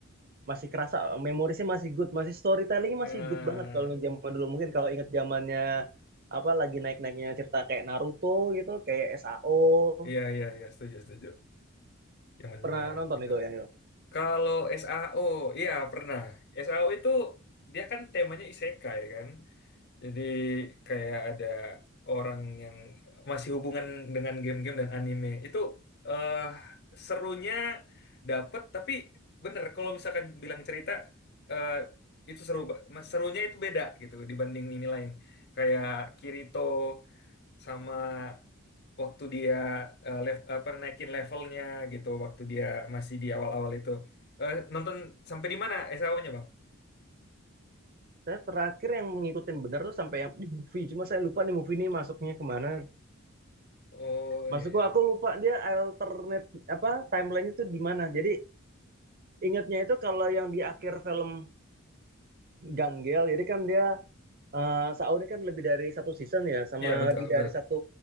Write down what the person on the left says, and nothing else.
Eh,
iya iya iya, setuju setuju. Zaman-zaman
itu.
Kalau SAO, iya pernah. SAO itu dia kan temanya isekai kan. Jadi kayak ada orang yang masih hubungan dengan game-game dan anime. Itu eh serunya dapet, tapi bener kalau misalkan bilang cerita eh itu seru, ba- mas- serunya itu beda gitu dibanding ini lain. Kayak Kirito sama waktu dia eh, lev- apa naikin levelnya gitu, waktu dia masih di awal-awal itu. Eh nonton sampai di mana SAO-nya, Bang?
Oh
iya iya.
Iya betul
betul.